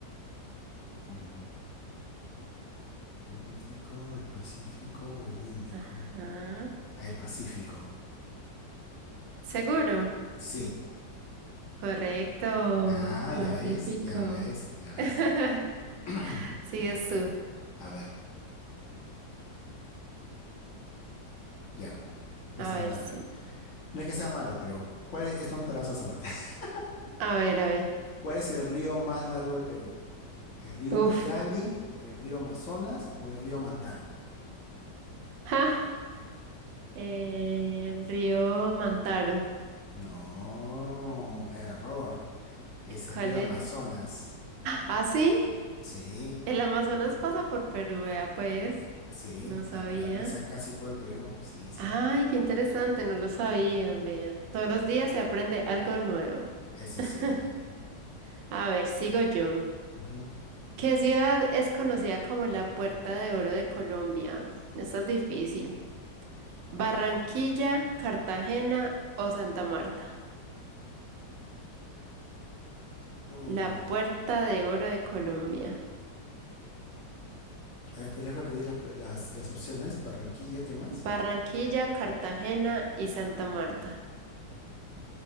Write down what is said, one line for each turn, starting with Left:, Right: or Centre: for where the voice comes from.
Left: Ajá. Atlántico, el Pacífico o el Índico.
Right: Ajá.
Left: Ah, El Pacífico.
Right: ¿Seguro?
Left: Sí.
Right: Correcto,
Left: Ah,
Right: Pacífico.
Left: ya ves, ya ves, ya ves.
Right: <laughs>
Left: <clears throat>
Right: Sigues
Left: Ya,
Right: tú.
Left: a ver, ya. Esta
Right: A ver,
Left: no te
Right: sí.
Left: la- No es que sea malo, pero ¿cuál es- Esta no te la vas a saber. <laughs>
Right: A ver,
Left: Cu-
Right: a ver.
Left: ¿Cuál es el río más largo de Perú? ¿El río
Right: Uf.
Left: Ucayali, el río Amazonas o el río Mantaro?
Right: Ja. El río Mantaro.
Left: No, error. Es el
Right: ¿Cuál
Left: río
Right: es?
Left: Amazonas.
Right: ¿Ah, sí?
Left: Sí.
Right: El Amazonas pasa por Perú, vea, pues.
Left: Sí,
Right: No sabía.
Left: atraviesa casi todo el Perú. Sí, sí.
Right: Ay, qué interesante, no lo sabían,
Left: Eh,
Right: vea. Todos los días se aprende algo nuevo.
Left: ese
Right: <laughs>
Left: es cierto.
Right: A ver, sigo yo.
Left: Ujú.
Right: ¿Qué ciudad es conocida como la Puerta de Oro de Colombia? Esta es difícil. ¿Barranquilla, Cartagena o Santa Marta?
Left: Mm.
Right: La Puerta de Oro de Colombia.
Left: A ver, ¿podrías repetir las, pre- las, las opciones? Barranquilla, ¿qué más?
Right: Barranquilla, Cartagena y Santa Marta.